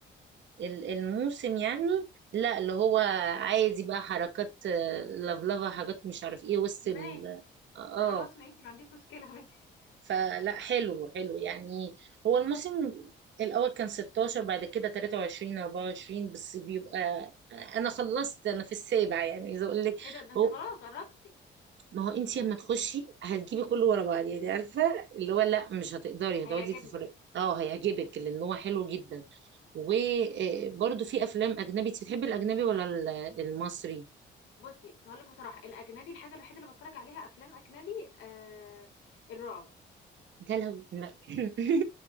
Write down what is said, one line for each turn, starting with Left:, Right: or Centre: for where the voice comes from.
Right: ال- الموسم يعني لا اللي هو عادي بقى حركات آه، لفلفة حاجات مش عارف ايه وسط
Left: ماشي
Right: ال... اه آه.
Left: خلاص ماشي ما عنديش مشكله <laughs> ماشي
Right: فلا حلو حلو يعني هو الموسم الأول كان 16 بعد كده 23 24 بس بيبقى أنا خلصت أنا في السابع يعني إذا أقول لك
Left: ايه ده ده انت
Right: هو
Left: خلاص قربتي
Right: ما هو أنت لما تخشي هتجيبي كله ورا بعض يعني عارفة اللي هو لا مش هتقدري
Left: هيعجبني
Right: هتقعدي تتفرجي أه هيعجبك لأن هو حلو جدا وبرده في أفلام أجنبي أنت بتحبي الأجنبي ولا ال- المصري؟
Left: بصي هقول لك بصراحه الاجنبي الحاجه الوحيده اللي بتفرج عليها افلام اجنبي آه الرعب
Right: لا لا <laughs> ما